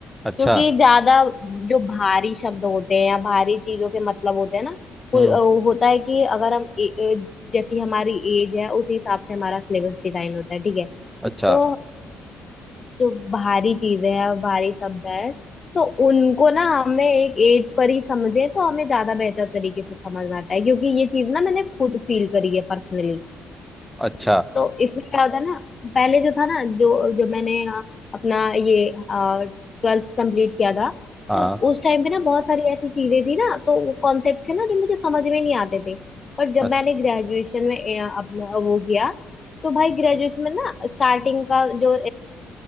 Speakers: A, in the centre; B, on the left.
A: अच्छा
B: क्योंकि ज्यादा जो भारी शब्द होते हैं या भारी चीजों के मतलब होते हैं ना वो-
A: हम्म
B: वो होता है कि अगर हम ए, ए, जैसी हमारी एज है उसी हिसाब से हमारा सिलेबस डिजाइन होता है ठीक है तो
A: अच्छा
B: जो भारी चीजें हैं और भारी शब्द है तो उनको ना हमें एक एज पर ही समझे तो हमें ज्यादा बेहतर तरीके से समझ में आता है क्योंकि ये चीज ना मैंने खुद फील करी है पर्सनली
A: अच्छा
B: तो इसमें क्या होता है ना पहले जो था ना जो जो मैंने अ, अपना ये ट्वेल्थ कंप्लीट किया था
A: हाँ
B: तो उस टाइम पे ना बहुत सारी ऐसी चीजें थी ना तो वो कॉन्सेप्ट थे ना जो मुझे समझ में नहीं आते थे पर जब
A: अच्छा,
B: मैंने ग्रेजुएशन में अ, अपना वो किया तो भाई ग्रेजुएशन में ना स्टार्टिंग का जो